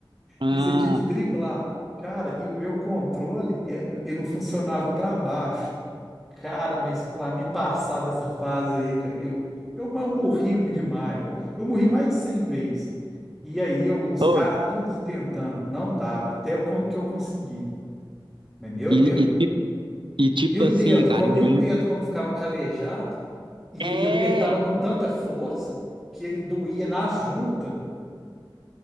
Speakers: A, on the right; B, in the centre.
A: Ah,
B: E você tinha que driblar. Cara, e o meu controle, é, n- eu não funcionava pra baixo. Cara, mas pra me passar dessa fase aí, cara, eu, eu, mas eu morri demais. ó. Eu morri mais de 100 vezes. E aí eu- os
A: oi.
B: caras tudo tentando, não dava, até eu con- que eu consegui. Mas, meu
A: E,
B: Deus.
A: e tipo, e tipo
B: E o dedo,
A: assim, cara,
B: co-
A: eu
B: e
A: lembro.
B: o dedo como ficava calejado, e,
A: É!
B: e eu apertava com tanta força que ele doía nas juntas.